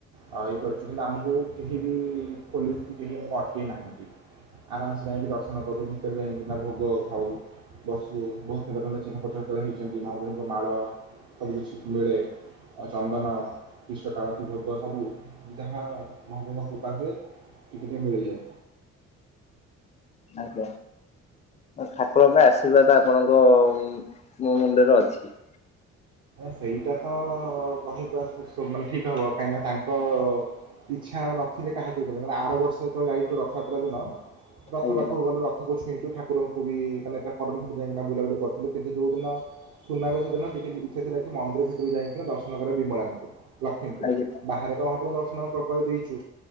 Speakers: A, on the right; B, on the left.
A: ଆ ଇଏ କରିଚୁ। କିନ୍ତୁ ଆମକୁ କେହି ବି ପୋଲିସ କି କେହି ଆମୁକୁ ଅଟକେଇ ନାହାଁନ୍ତି। ଆରାମ୍ ସେ ଯାଇଁକି ଦର୍ଶନ କରୁ। ଭିତରେ ଯାଇଁକିିନା ଭୋଗ ଖାଉ। ବସୁ। ବହୁତ୍ ସୁନ୍ଦର ସୁନ୍ଦର ଚିହ୍ନପତ୍ର ତେୟା ହେଇଚନ୍ତି ମହାପ୍ରଭୁଙ୍କ ମାଳ ସବୁ କିଛି ମିଳେ ଆଉ ଚନ୍ଦନ ଇଷ୍ଟ କାଳତି ଭୋଗ ସବୁ ଯାହା ମହାପ୍ରଭୁଙ୍କ କୃପା ହୁଏ ଟିକେଟେ ମିଳିଯାଏ।
B: ଆଜ୍ଞା। ଠାକୁରଙ୍କ ଆଶୀର୍ବାଦ ଆପଣଙ୍କ ମୋ ମୁଣ୍ଡରେ ଅଛି।
A: ସେଇଟା ତ କହିବା ସେ ମାନେ ଠିକ୍ ହବ କାହିଁକିନା ତାଙ୍କ ଇଚ୍ଛା ନଥିଲେ କାହାକୁ କହିବ ନ ହେଲେ ଆର ବର୍ଷ ଯେତବେଳେ ଯାଇଥିଲୁ ରଥଯାତ୍ରା ଦିନ ରଥ
B: ଆଜ୍ଞା
A: ପାଖକୁ ଗଲୁ। ରଥକୁ ଛୁଇଁଚୁ। ଠାକୁରଙ୍କୁ ବି ମାନେ ପୁରା କଲୋନୀ ଭିତରେ ଯାଇଁକିନା ବୁଲାବୁଲି କରିଥିଲୁ। କିନ୍ତୁ ଯୋଉ ଦିନ ସୁନାବେଶ ଦିନ ଟିକେ ବି ଇଚ୍ଛା ଥିଲା କି ମନ୍ଦିର ଭିତୁରୁକୁ ଯାଇଁକିନା ଦର୍ଶନ କର ବିମଳାଙ୍କୁ। ଲକ୍ଷ୍ମୀଙ୍କୁ।
B: ଆଜ୍ଞା
A: ବାହାରେ ତ ମହାପ୍ରଭୁଙ୍କ ଦର୍ଶନଙ୍କପ ଦେଇଛୁ